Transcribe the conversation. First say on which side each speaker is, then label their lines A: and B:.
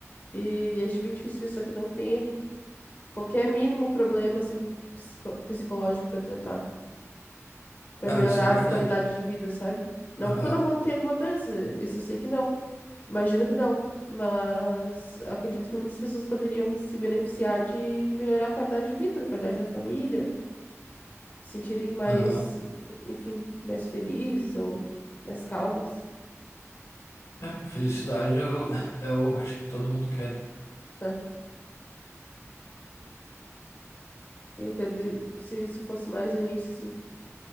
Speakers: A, on the left (about 35°); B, on the left (about 70°).
A: E, e acho bem difícil pessoa que não tenha qualquer mínimo problema, assim, psico- psicológico pra tratar, pra
B: Ah,
A: melhorar
B: isso é verdade.
A: a qualidade de vida, sabe? Não
B: Aham.
A: que todo mundo tenha alguma doença, isso eu sei que não. Imagino que não, mas acredito que muitas pessoas poderiam se beneficiar de melhorar a qualidade de vida, a qualidade da família, se sentirem mais,
B: Aham.
A: enfim, mais felizes ou mais calmas,
B: É, felicidade eu, <laughs> eu acho que todo mundo quer. né?
A: né? E ter de- se isso fosse mais no início, assim,